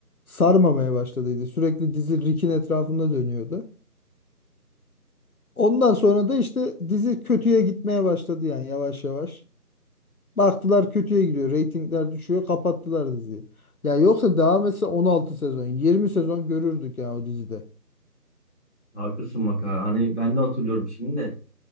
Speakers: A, on the left (about 65°); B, on the left (about 45°).
A: sarmamaya başladıydı. Sürekli dizi Rick'in etrafında dönüyordu. Ondan sonra da işte dizi kötüye gitmeye başladı yani yavaş yavaş. Baktılar kötüye gidiyor. Reytingler düşüyor. Kapattılar diziyi. Ya yoksa devam etse 16 sezon, 20 sezon görürdük ya o dizide.
B: Haklısın bak ha. Hani ben de hatırlıyorum şimdi de.